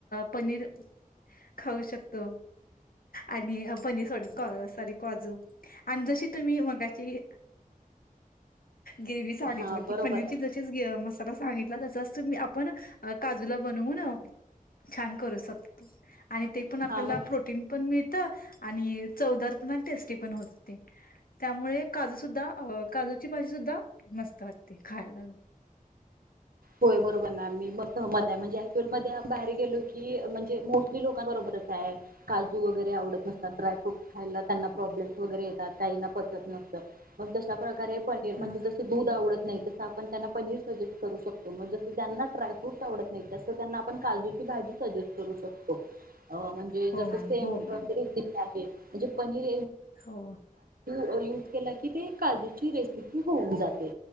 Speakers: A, on the left; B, on the right.
A: पनीर खाऊ शकतो आणि पनीर सॉरी सॉरी काजू आणि जशी तुम्ही मगाची ग्रेवही सांगितला
B: हा
A: की
B: बरोबर
A: पनीर
B: आहे
A: जशीच मसाला सांगितला आपण काजूला बनून छान करू शकतो. आणि ते पण आपल्याला
B: हा मग
A: प्रोटीन पण मिळत आणि चवदार टेस्टी पण होत हो त्यामुळे काजू सुद्धा काजूची भाजी सुद्धा मस्त वाटते खायला
B: होय बरोबरणार मी म सहमत आहे म्हणजे क्च्युअल मध्ये बाहेर गेलो की म्हणजे मोठी लोकांबरोबर काजू वगैरे आवडत न ड्रायफ्रूट खायला त्यांना प्रॉब्लेम्स वगैरे येतात काहीना पचत नसत मग जशा प्रकारे पनीर म्हणजे
A: हा
B: जस दूध आवडत नाही तस आपण त्यांना पनीर सजेस्ट करू शकतो मग जसं त्यांना ड्राय फ्रूट आवडत नाही तसं त्यांना आपण काजूची भाजी सजेस्ट करू शकतो. अ म्हणजे
A: हो
B: जसं
A: मॅम
B: सेम
A: हो मॅम
B: रेसिपी आहे. म्हणजे पनीर
A: हो
B: युझ केला की ते काजूची रेसिपी होऊन जाते,